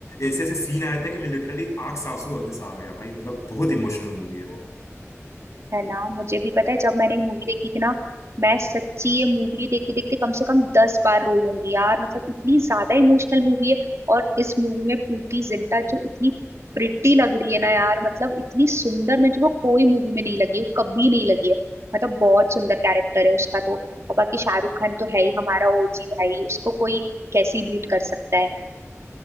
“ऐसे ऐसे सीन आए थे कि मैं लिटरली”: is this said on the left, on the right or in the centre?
Left